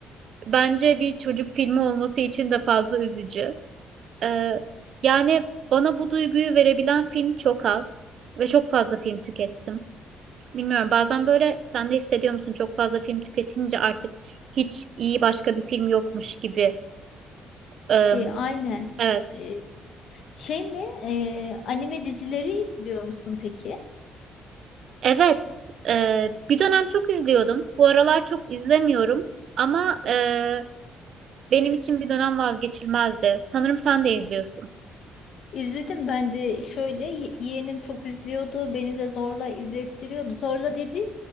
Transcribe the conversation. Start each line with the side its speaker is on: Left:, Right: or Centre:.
Right: Bence bir çocuk filmi olması için de fazla üzücü. Ee, yani bana bu duyguyu verebilen film çok az ve çok fazla film tükettim. Bilmiyorum bazen böyle sen de hissediyor musun çok fazla film tüketince artık hiç iyi başka bir film yokmuş gibi.
Left: <laughs>
Right: Eee,
Left: e, aynen.
Right: evet.
Left: E, şey mi? e, anime dizileri izliyor musun peki?
Right: Evet. eee, bir dönem çok izliyordum. Bu aralar çok izlemiyorum ama eee, benim için bir dönem vazgeçilmezdi. Sanırım sen de izliyorsun.
Left: İzledim ben de şöyle ye- yeğenim çok izliyordu beni de zorla izlettiriyordu zorla dediğim